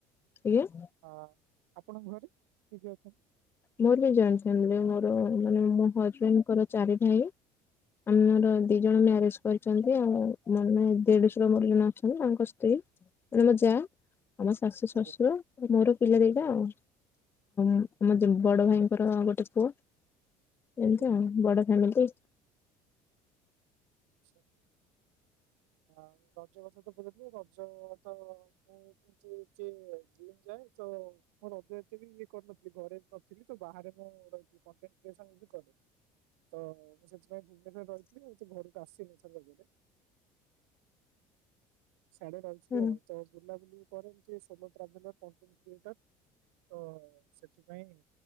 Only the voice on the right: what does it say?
ଅ ଆପଣଙ୍କ ଘରେ କିଏ କିଏ ଅଛନ୍ତି।
ଆଜ୍ଞା
ଆଜ୍ଞା
ଆଜ୍ଞା
ଆଜ୍ଞା
ଆଚ୍ଛା ଆଉ ରଜ କଥା ତ ପଚାରିଥିଲି ରଜ ତ <unintelligible> ଥିଲେ ଯିଏ ତ ମୁଁ ରଜ ଏତେ ବି ଇଏ କରିନଥିଲି ଘରେ ନଥିଲି ତ ବାହାରେ ମୁଁ ରହିଥିଲି କଣ୍ଟେନ୍ ଭେଶନ୍ ବି କରେ। ତ ମୁଁ ସେଥିପାଇଁ ଭୁବନେଶ୍ୱରରେ ରହିଥିଲି ହୋଉଛି ଘରକୁ ଆସିନି ତ ରଜରେ। <unintelligible>
ତ ସେଥିପାଇଁ